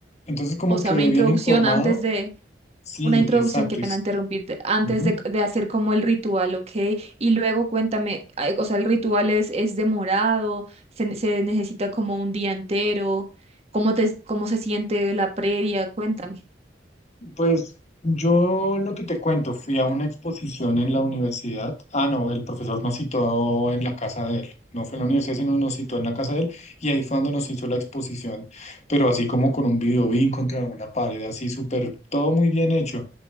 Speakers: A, on the left; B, on the right.
A: Entonces, como
B: O sea,
A: que
B: una introducción
A: bien informado.
B: antes de...
A: Sí,
B: Una introducción,
A: exacto.
B: qué pena
A: y s-
B: interrumpirte, antes
A: ujú.
B: de, de hacer como el ritual, ¿ok? Y luego cuéntame, ay, o sea, el ritual es, es demorado, se, ne- se necesita como un día entero, ¿cómo te, cómo se siente la previa? Cuéntame.
A: Pues yo lo que te cuento, fui a una exposición en la universidad. Ah, no, el profesor nos citó en la casa de él. No fue en la universidad, sino nos citó en la casa de él. Y ahí fue donde nos hizo la exposición. Pero así como con un videobeam contra una pared, así súper, todo muy bien hecho.